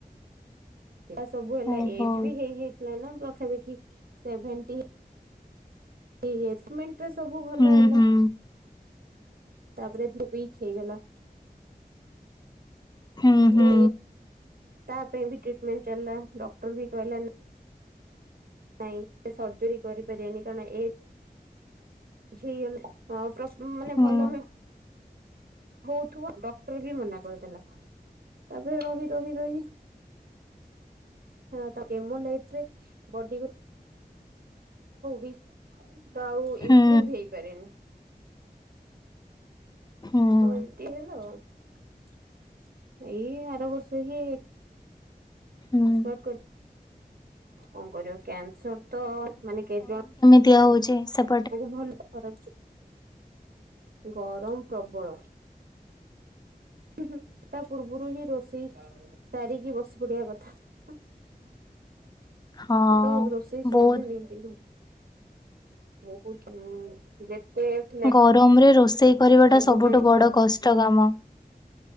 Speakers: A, on the right (about 70°); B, on the left (about 25°).
A: ସେଟା ସବୁ ହେଲା
B: ଓହୋ।
A: ଏଜ ବି ହେଇଯାଇଥିଲା ନା ପାଖାପାଖି ସେଭେଣ୍ଟି ଟି ହେଇଯା ମେଣ୍ଟରେ ସବୁ ଭଲ
B: ହୁଁ
A: ହେଲା।
B: ହୁଁ
A: ତାପରେ ଦେହ ଉଇକ୍ ହେଇଗଲା।
B: ହୁଁ ହୁଁ
A: ଭ ତା ପାଇଁ ବି ଟ୍ରିଟମେଣ୍ଟ ଚାଲିଲା ଡକ୍ଟର ବି କହିଲା ନାଇଁ ସେ ସର୍ଜରି କରିପାରିବନି କାରଣ ଏ ବୁଝ ହେଇଗଲେ ମାନେ
B: ହୁଁ
A: ଭଲ ହଉଥିବା ଡକ୍ଟର ବି ମନା କରିଦେଲା ତାପରେ ରହି ରହି ରହି ହ ତା କେମ ଲାଇଟରେ ବଡି ଗ ବି ତ ଆଉ
B: ହୁଁ
A: ଇମ୍ପୃଭ୍ ହେଇପାରେନି
B: ହୁଁ।
A: ହଁ ଏମତି ହେଲ ଆ ଏଇ ଆର ବର୍ଷ ହି
B: ହୁଁ
A: ଆଉ କଣ କରିବ କ୍ୟାନ୍ସର ତ
B: ଦିଆ ହଉଛି ସବ
A: ଭଲ ଖରା ଗରମ ପ୍ରବଳ ହୁଁ ହୁଁ ତା ପୂର୍ବରୁ ହିଁ ରୋଷେଇ ସାରିକି ବସି ପଡିବା କଥା
B: ହଁ
A: ତ ରୋଷେଇ ସରୁନି
B: ବହୁତ
A: କିନ୍ତୁ ବହୁତ ଆଁ ଯେତେ ଫ୍ଲେ
B: ଗରମ ରେ ରୋଷେଇ କରିବା ଟା
A: ଲେମ୍ବୁ
B: ସବୁଠୁ
A: ପାଣି
B: ବଡ କଷ୍ଟ କାମ